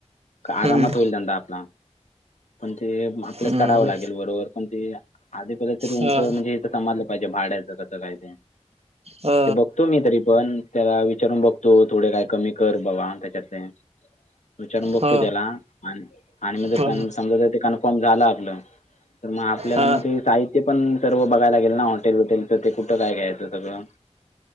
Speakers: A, on the left; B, on the right.
A: का आरामात
B: हम्म
A: होईल धंदा आपला पण ते मग आपल्याच
B: हम्म
A: करावं लागेल बरोबर, पण ते आधी पहिले तर रूमचं
B: ह
A: म्हणजे इथं समाजलं पाहिजे भाड्याचं कसं काय ते.
B: ह
A: ते बघतो मी तरी पण. त्याला विचारून बघतो थोडे काय कमी कर बाबा आणि त्याच्यातले. विचारून बघतो
B: ह
A: त्याला आणि आणि मग जर
B: ह
A: समजा ज ते कन्फर्म झालं आपलं. तर मग आपल्याला
B: ह
A: मग ते साहित्य पण सर्व बघायला लाेल ना हॉटेल वटेलच ते कुठं काय घ्यायचं सगळं?